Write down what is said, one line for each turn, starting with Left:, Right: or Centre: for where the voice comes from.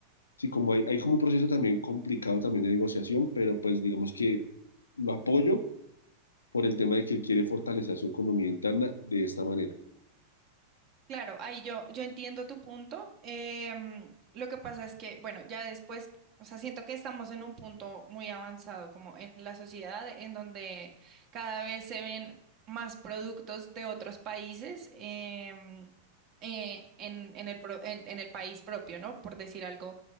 Left: sí, como hay, hay como un proceso también complicado también de negociación, pero pues digamos que lo apoyo por el tema de que él quiere fortalecer su economía interna de esta manera.
Right: Claro, ahí yo, yo entiendo tu punto. Em, lo que pasa es que, bueno, ya después, o sea, siento que estamos en un punto muy avanzado como en la sociedad, en donde cada vez se ven más productos de otros países em, eh, en, en el pro- en- en el país propio, ¿no? Por decir algo,